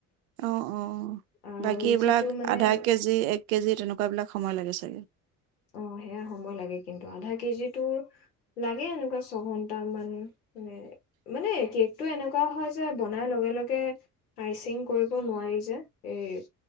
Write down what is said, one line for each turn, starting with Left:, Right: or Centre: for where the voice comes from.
Right: অ অ
Left: আৰু
Right: বাকী এইবিলাক
Left: যিটো মানে
Right: আধা কেজি এক- কেজি তেনেকুৱা বিলাক সময় লাগে চাগে।
Left: অ সেয়া সময় লাগে কিন্তু আধা কেজি তো লাগে এনেকুৱা ছঘন্টামান মানে- মানে কেকটো এনেকুৱা হয়- যে বনাৰ লগে লগে আইচিং কৰিব নোৱাৰি যে এই-